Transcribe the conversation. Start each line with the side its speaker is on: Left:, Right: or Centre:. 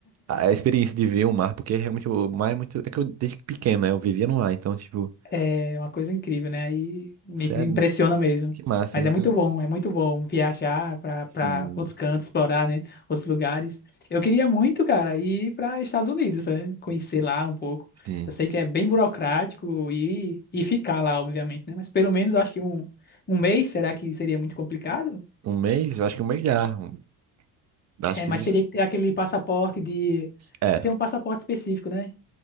Right: A experiência de ver o mar, porque realmente o mar é muito. É que eu desde pequeno, né? Eu vivia no mar, então, tipo,
Left: É uma coisa incrível, né? Aí meio
Right: sério,
Left: que impressiona mesmo.
Right: que massa,
Left: Mas
Right: eu nunca.
Left: é muito bom, é muito bom viajar para para
Right: Sim.
Left: outros cantos, explorar, né? Outros lugares. Eu queria muito, cara, ir para Estados Unidos, né? Conhecer lá um pouco.
Right: Sim.
Left: Eu sei que é bem burocrático e, e ficar lá, obviamente, né? Mas pelo menos eu acho que um, um mês, será que seria muito complicado?
Right: Um mês? Eu acho que um mês já. Um- Acho
Left: É,
Right: que
Left: mas
Right: eles.
Left: teria que ter aquele passaporte de.
Right: É,
Left: Tem um passaporte específico, né?